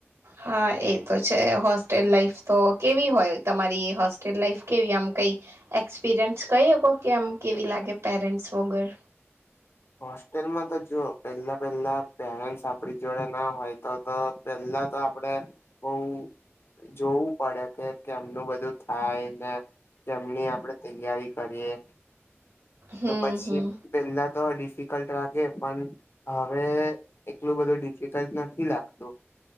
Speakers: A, on the right; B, on the left.
A: હા, એ તો છે. હોસ્ટેલ લાાઈફ તો કેવી હોય? તમારી હોસ્ટેલ લાઈફ કેવી આમ? કંઈ એક્સપિરિયન્સ કંઈ શકો કે આમ કેવી લાગે? પેરેન્ટ્સ વગર?
B: હોસ્ટેલમાં તો જો પેલા પેલા પેરેન્ટ્સ આપડી જોડે ના હોય, તો તો પેલા તો આપડે બહુ જોવું પડે કે કે એમનું બધું થાય ને? કેમની આપડે તૈયારી કરીએ,
A: હમ
B: તો પછી
A: હમ
B: પેલા તો ડિફિકલ્ટ લાગે, પણ હવે એટલું બધું ડિફિકલ્ટ નથી લાગતું.